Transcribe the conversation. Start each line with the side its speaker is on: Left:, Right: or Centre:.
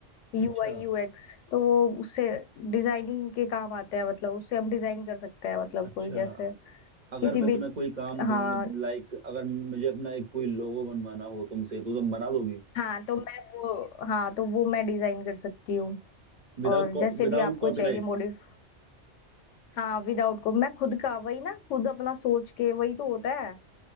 Left: यूआई
Right: अच्छा
Left: यूएक्स तो वो उससे डिजाइनिंग के काम आते हैं मतलब उससे हम डिजाइन कर सकते हैं मतलब
Right: अच्छा
Left: कोई जैसे
Right: अगर
Left: किसी
Right: मैं तुम्हें
Left: भी
Right: कोई काम
Left: हाँ
Right: दूं लाइक अगर मुझे अपना एक कोई लोगो बनवाना हो तुमसे तो तुम बना दोगे
Left: हाँ तो मैं वो हाँ तो वो मैं डिजाइन कर सकती हूँ
Right: Without
Left: और जैसे
Right: without
Left: भी आपको
Right: copyright
Left: चाहिए मॉडिफ हाँ विदाउट को मैं खुद का वही ना खुद अपना सोच के वही तो होता है